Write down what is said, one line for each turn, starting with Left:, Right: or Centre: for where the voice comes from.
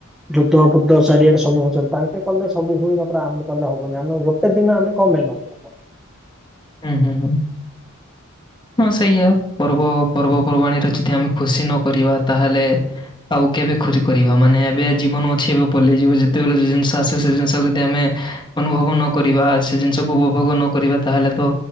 Centre: ଯୁଦ୍ଧ ଫୁଦ୍ଧ ଚାରିଆଡ଼େ ସବୁ ହୋଉଚନ୍ତି ତାଙ୍କେ କଲେ ସବୁ ହୁଏ ମାତ୍ର ଆମେ କଲେ ହବନି ଆମେ ଗୋଟେ ଦିନ ଆମେ କ ପାଇଁ ଭଲ।
Left: ଉଁ ହୁଁ ହୁଁ। ହଁ ସେଇଆ ପର୍ବ ପର୍ବାଣୀରେ ଯଦି ଆମେ ଖୁସି ନ କରିବା ତାହେଲେ ଆଉ କେବେ ଖୁରି କରିବା ମାନେ ଏବେ ଜୀବନ ଅଛି ଏବେ ପଲେଇଯିବ ଯେତେବେଲେ ଯୋଉ ଜିନିଷ ଆସେ ସେ ଜିନିଷ ଯଦି ଆମେ ଅନୁଭବ ନ କରିବା ସେ ଜିନିଷକୁ ଉପଭୋଗ ନ କରିବା ତାହେଲେ ତ